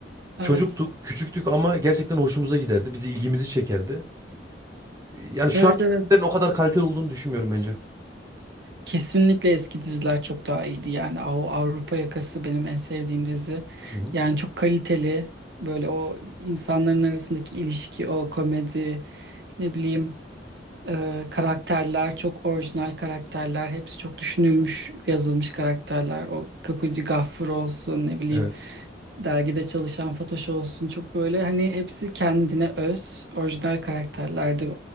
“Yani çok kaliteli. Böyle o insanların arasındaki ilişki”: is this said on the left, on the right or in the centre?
Right